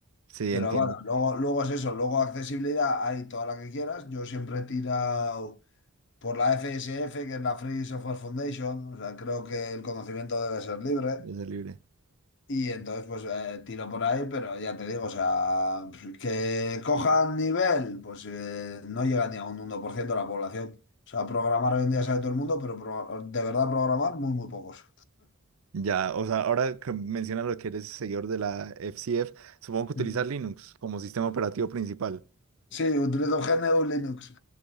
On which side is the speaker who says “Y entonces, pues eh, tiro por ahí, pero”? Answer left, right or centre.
Left